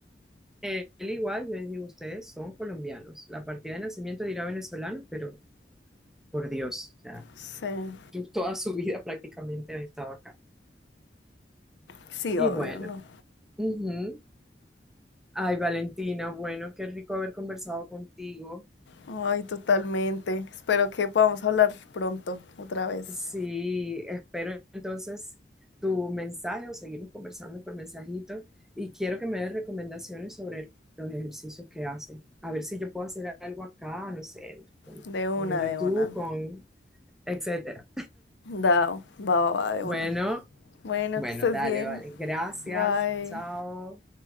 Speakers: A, in the centre; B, on the left.
A: Él igual, yo les digo, ustedes son colombianos. La partida de nacimiento dirá venezolano, pero por Dios, o sea,
B: Sí.
A: toda su vida prácticamente he estado acá.
B: Sí,
A: Y
B: obvio,
A: bueno,
B: no.
A: ujú. Ay, Valentina, bueno, qué rico haber conversado contigo.
B: Ay, totalmente. Espero que podamos hablar pronto, otra vez.
A: Sí, espero entonces tu mensaje o seguimos conversando por mensajito y quiero que me des recomendaciones sobre los ejercicios que haces. A ver si yo puedo hacer algo acá, no sé, con,
B: De una,
A: con el YouTube,
B: de una.
A: con etcétera.
B: Dao, va, va, va, de
A: Bueno,
B: una. Bueno,
A: bueno,
B: que estés
A: dale,
B: bien.
A: vale. Gracias.
B: Bye.
A: Chao.